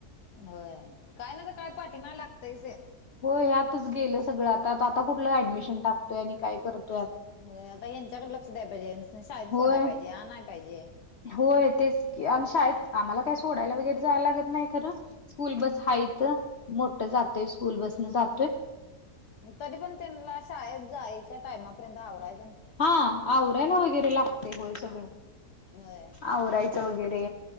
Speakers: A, on the left (about 80°); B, on the left (about 50°).
A: होय. काय ना कायतरी पाठीमागं लागतंयच ते.
B: हो, ह्यातंच गेलं सगळं आता. आता कुठलं ऍडमिशन टाकतोय आणि काय करत
A: होय, आता ह्यांच्याकडे लक्ष द्यायला पाहिजे. शाळेत सोडायला
B: होय
A: पाहिजे, आणायला पाहिजे.
B: होय तेच की आम शाळेत आम्हाला काय सोडायला वगैरे जायला लागत नाही खरं स्कूल बस हाय तर मोठ जातोय स्कूल बसन जातोय
A: तरी पण त्यांना ला शाळेत जायच्या टाईमापर्यंत आवरायचं
B: हा आवरायला वगैरे लागते होय सगळं
A: होय.
B: आवरायचं वगैरे.